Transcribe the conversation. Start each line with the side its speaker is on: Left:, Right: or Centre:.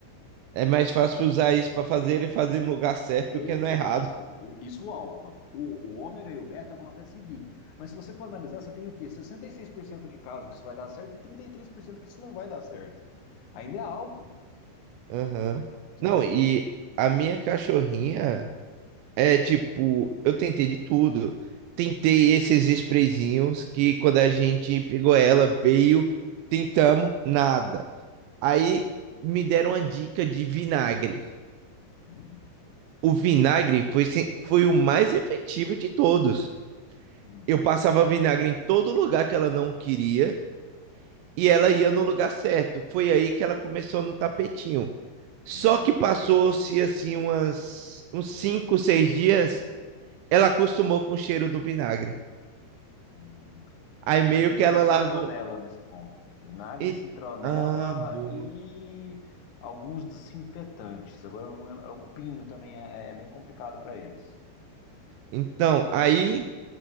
Right: É mais fácil usar isso para fazer ele fazer no lugar certo
Left: Exato,
Right: do que no errado.
Left: o- isso o alfa. O, o ômega e o beta vão até seguir. Mas se você for analisar, você tem o quê? sessenta e seis por cento de casos que isso vai dar certo e 33% que isso não vai dar certo. Ainda é alto
Right: Aham.
Left: se
Right: Não,
Left: usar o produto.
Right: e a minha cachorrinha. É tipo, eu tentei de tudo. Tentei esses sprayzinhos que quando a gente pegou ela, veio, tentamos, nada. Aí me deram uma dica de vinagre.
Left: Uhum,
Right: O vinagre foi, se- foi o mais efetivo de todos.
Left: uhum,
Right: Eu passava vinagre em todo lugar que ela não queria e ela ia no lugar certo. Foi aí que ela começou no tapetinho. Só
Left: uhum.
Right: que passou-se assim umas, uns cinco, seis dias, ela acostumou com o cheiro do vinagre.
Left: uhum.
Right: Aí
Left: Você
Right: meio
Left: também
Right: que
Left: tem
Right: ela
Left: a citronela
Right: largou.
Left: nesse ponto. Vinagre,
Right: E-
Left: citronela
Right: Ah, boa.
Left: e alguns desinfetantes. Agora, eu não lembro- o pinho também é, é bem complicado para eles.
Right: Então, aí